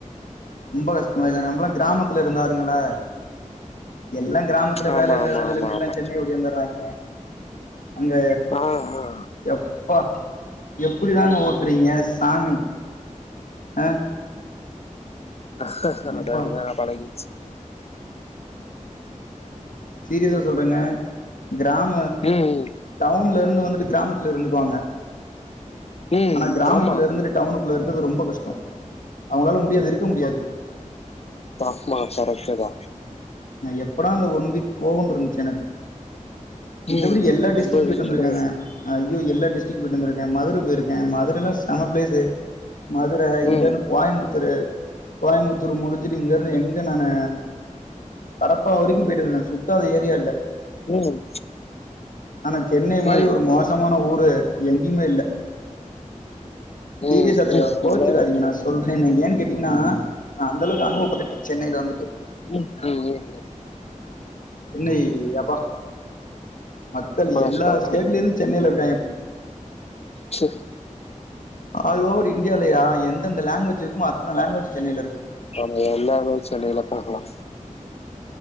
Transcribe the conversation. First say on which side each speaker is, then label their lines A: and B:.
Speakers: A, on the left; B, on the left.
A: ரொம்ப கஷ்டமாய்தா நம்மளா கிராமத்துல இருந்தாளுங்களா எல்லா கிராமத்துல
B: ஆமா
A: வேல இல்ல
B: ஆமா
A: வேல
B: ஆமா
A: இல்ன்னு எல்லா
B: ஆமா
A: சென்னை ஓடியாந்தர்ராய்ங்க அங்க
B: ஆ ஆ
A: எப்பா எப்டி தாங்க ஓட்றீங்க சாமி ஆ
B: அது அப்டிதாங்க
A: எப்பா
B: பழகிற்ச்சு
A: சீரியஸா சொல்றங்க கிராம
B: ம்
A: டவுன்ல இருந்து வந்துட்டு கிராமத்துல இருந்துக்குவாங்க
B: ம்.
A: ஆனா கிராமத்துல
B: ஆமா.
A: இருந்துட்டு டவுனுக்குள்ள இருக்குறது ரொம்ப கஷ்டோ அவூங்களால முடியாது இருக்க முடியாது
B: பா மா கரெக்டுதா
A: நா எப்படா அந்த ஒன் வீக் போகுன்ருந்துச்சு எனக்கு மித்தபடி
B: ம்.
A: எல்லா
B: ரொம்ப
A: டிஷ்டிக்கு போயிட்டு
B: வெயிலு.
A: வந்துருக்கங்க ஐய்யோ எல்லா டிஸ்டிக்கு போய்ட்டு வந்துருக்கே மதுர போயிருக்கே மதுரேல்லா செம ப்ளேசு மதுர இங்கருந்து
B: ம்.
A: கோயம்புத்தூரு கோயமுத்தூர் முடுச்சுட்டு இங்க இருந்து
B: ம்.
A: எங்க நானு கடப்பா வரைக்கு போயிட்டு வந்துதே சுத்தாத ஏரியா இல்ல
B: ம்.
A: ஆனா சென்னை மாரி
B: ம். ம். ம். ஏன்?
A: ஒரு மோசமான ஊரு எங்கயுமே இல்ல சீரியஸா
B: ம்.
A: தலைவா கோச்சுக்காதீங்க நா சொ சொல்றேனு ஏன் கேட்டீங்கன்னா நா அந்தளவுக்கு அனுபவப்பட்டுட்டே சென்னைல வந்துட்டு
B: ம் <unintelligible>
A: சென்னை எப்பா மக்கள்
B: ரொம்ப கஷ்டம்.
A: எல்லா ஸ்டேட்ல இருந்து சென்னைல இருக்காய்ங்க
B: சு
A: ஆல் ஓவர் இந்டியால யா எந்தெந்த லாங்குவேஜ் இருக்குமோ அத்தன லாங்குவேஜு சென்னைல இருக்கு
B: ஆமா எல்லாருமே சென்னைல தா இருக்காங்க